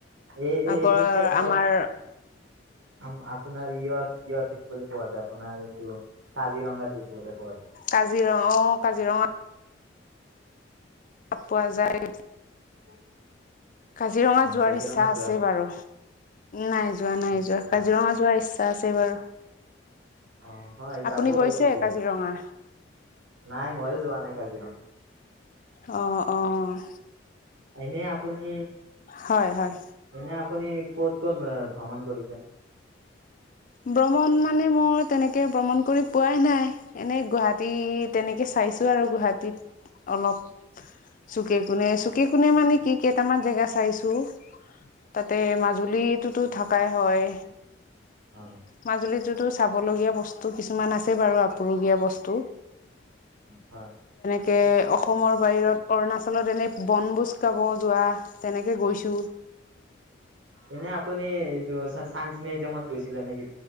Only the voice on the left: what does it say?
আগৰ
আমাৰ
কাজিৰঙা অ' কাজিৰঙা পোৱা যায়।
কাজিৰঙা
যোৱাৰ
ইচ্ছা
আছে
বাৰু।
নাই যোৱা নাই
যোৱা
কাজিৰঙা যোৱাৰ ইচ্ছা আছে বাৰু।
আপুনি
গৈছে
কাজিৰঙা
অ', অহ।
হয় হয়
ভ্ৰমন মানে মই তেনেকে ভ্ৰমণ কৰি পোৱাই নাই। এনে গুৱাহাটী তেনেকে চাইছো আৰু গুৱাহাটীত অলপ চুকে কোনে চুকে কোনে মানে কি কেইটামান জেগা চাইছো। তাতে মাজুলীটোতো থাকাই হয়।
মাজুলীত টোত চাব লগগীয়া বস্তু কিছুমান আছে বাৰু আপোৰুগীয়া বস্তু।
কে অসমৰ বাহিৰত অৰুণাচলত এনে বনভোজ খাব যোৱা তেনেকে গৈছো।